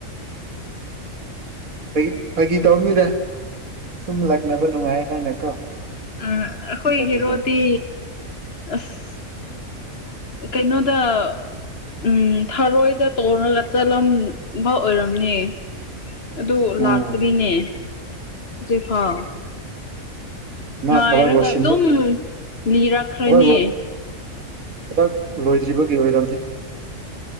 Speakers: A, on the right; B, on the left.
A: ꯑꯩ ꯐꯥꯒꯤ ꯇꯧꯅꯤꯗ ꯁꯨꯝ ꯂꯛꯅꯕ ꯅꯨꯡꯉꯥꯏ ꯍꯥꯏꯅꯀꯣ
B: ꯑ ꯑꯩꯈꯣꯏꯒꯤ
A: ꯐꯥꯒꯤ
B: ꯍꯦꯔꯣꯗꯤ
A: ꯇꯧ
B: ꯑꯁ ꯀꯩꯅꯩꯅꯣ ꯇ ꯎꯝ ꯊꯔꯣꯏꯗ ꯇꯧꯔꯒ ꯆꯠꯂꯝꯕ ꯑꯣꯏꯔꯝꯅꯦ ꯑꯗꯨ
A: ꯎꯝ
B: ꯂꯥꯛꯇ꯭ꯔꯤꯅꯦ ꯍꯧꯖꯤꯛꯐꯥꯎ
A: ꯉ
B: ꯉꯥꯏꯔꯒ
A: ꯊꯕꯛ ꯂꯣꯏꯁꯤꯟꯕ
B: ꯑꯗꯨꯝ ꯂꯤꯔꯛꯈ꯭ꯔꯅꯤ
A: ꯊꯕꯛ ꯂꯣꯏ ꯊꯕꯛ ꯂꯣꯏꯗ꯭ꯔꯤꯕꯒꯤ ꯑꯣꯏꯔꯝꯅꯤ